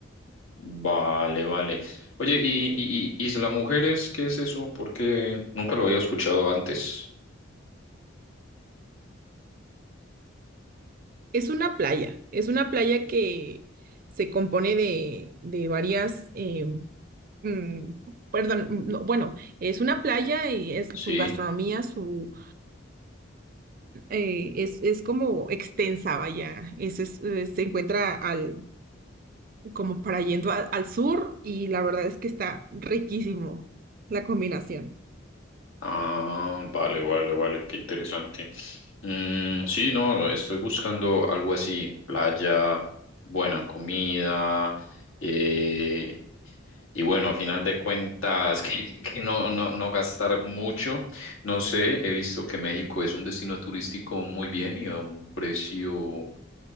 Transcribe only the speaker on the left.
vale, vale. Oye, ¿y, y, y Isla Mujeres qué es eso? Porque nunca lo había escuchado antes.
Sí.
Ah, vale, vale, vale, qué interesante. Mm, sí, no, estoy buscando algo así, playa, buena comida, eh, Y bueno, a final de cuentas, <laughs> que, que no, no, no gastar mucho. No sé, he visto que México es un destino turístico muy bien y a un precio